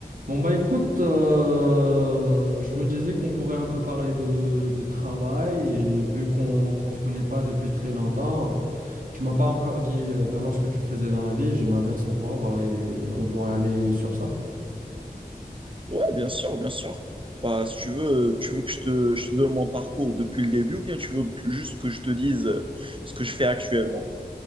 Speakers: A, on the right; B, on the right.
A: Bon bah écoute, euh, je me disais qu'on pourrait un peu parler de, de travail et vu qu'on qu'on se connaît pas depuis très longtemps, tu m'as pas encore dit euh, vraiment ce que tu faisais dans la vie et j'aimerais bien savoir euh, et on pourrait aller sur ça.
B: Ouais, bien sûr, bien sûr. Bah, si tu veux, tu veux que je te, je te donne mon parcours depuis le début ou bien tu veux que- juste que je te dise euh, ce que je fais actuellement?